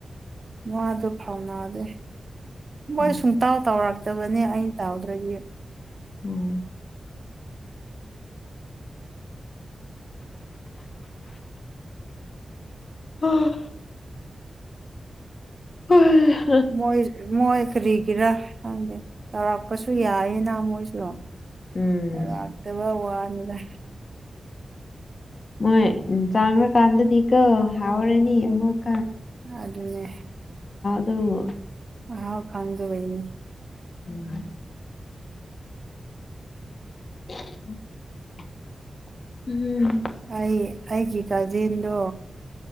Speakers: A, on the right (about 40°); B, on the left (about 45°).
A: ꯋꯥꯗꯨ ꯐꯥꯎꯅꯗꯦ ꯃꯣꯏ
B: ꯎꯝ
A: ꯁꯨꯡꯇꯥꯎ ꯇꯧꯔꯛ ꯇꯕꯅꯦ ꯑꯩ ꯇꯥꯎꯗ꯭ꯔꯗꯤ
B: ꯎꯝ ꯑꯥ ꯍꯥ
A: ꯃꯣꯏ ꯃꯣꯏ ꯀꯔꯤꯒꯤꯔꯥ ꯈꯪꯗꯦ ꯇꯧꯔꯛꯄꯁꯨ ꯌꯥꯢꯌꯦꯅ ꯃꯣꯏꯁꯨ
B: ꯎꯝ
A: ꯂꯥꯛꯇꯕ ꯋꯥꯅꯤꯗ
B: ꯃꯣꯏ ꯆꯥꯡꯂ ꯀꯥꯟꯗꯗꯤ ꯀꯣ ꯍꯥꯎꯔꯅꯤ ꯑꯃꯨꯛ
A: ꯑꯗꯨꯅꯦ
B: ꯇꯨ
A: ꯃꯍꯥꯎ ꯈꯡꯗꯕꯩꯅꯦ
B: ꯎꯝ <inaudible> ꯎꯝ
A: ꯑꯩ ꯑꯩꯒꯤ ꯀꯥꯖꯤꯟꯗꯣ